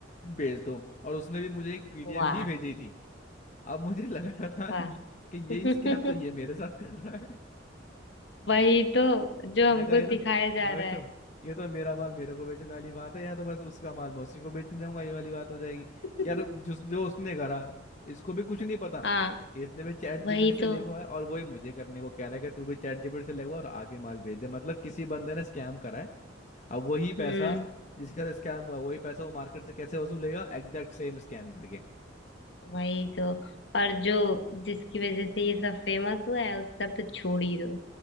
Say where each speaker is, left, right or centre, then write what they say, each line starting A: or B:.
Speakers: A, on the left (about 40°); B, on the left (about 65°).
A: भेज दो और उसने भी मुझे एक पीडीएफ
B: वाह
A: ही भेजी थी अब मुझे लग रहा था
B: वाह
A: कि यही
B: <laughs>
A: स्कैम तो ये मेरे साथ कर रहा है
B: वही तो जो
A: मैंने
B: हमको
A: कहा ये तो
B: सिखाया जा
A: और
B: रहा
A: तो
B: है
A: ये तो मेरा माल मेरे को बेचने वाली बात है या तो बस उसका माल मैं उसी को बेचने जाऊंगा ये वाली बात हो जाएगी कि
B: <laughs>
A: यार जो जो उसने करा इसको भी कुछ नहीं पता
B: हाँ
A: इसने भी चैट
B: वही
A: जीपीटी से
B: तो
A: लिखवा है और वही मुझे करने को कह रहा है कि तू भी चैट जीपीटी से लिखवा और आगे माल भेज दे मतलब किसी बंदे ने स्कैम करा है अब वही पैसा
B: हम्म
A: जिसके साथ स्कैम हुआ वही पैसा वो मार्केट से कैसे वसूलेगा एग्जैक्ट सेम स्कैम करके
B: वही तो और जो जिसकी वजह से ये सब फेमस हुआ है उसका तो छोड़ ही दो